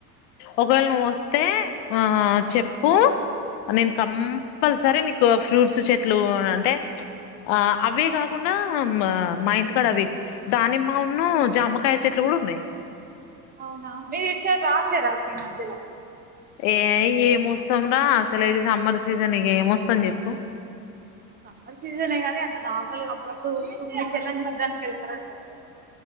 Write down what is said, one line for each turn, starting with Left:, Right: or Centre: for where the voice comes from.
Left: ఒకవేళ నువ్వు వస్తే ఆ చెప్పు నేను కంపల్సరీ నీకు ఫ్రూట్స్ చెట్లు అంటే ఆ అవే కాకుండా మా ఇంటికాడ అవి దానిమ్మా ఉన్న జామకాయ చెట్లు కూడా ఉన్నాయి
Right: అవునా మీరూ ఇటు సైడ్ రాట్లేదా రా అక్క ఈ మధ్యలో
Left: ఏ ఏమొస్తాంరా అసలే ఇది సమ్మర్ సీజన్ ఏమొస్తాం చెప్పు
Right: సమ్మర్ సీజనే కదా అంత నార్మల్గా అప్పుడప్పుడు మీ చెల్లని చూడ్డానికి వెళ్తారుంటరూ కదా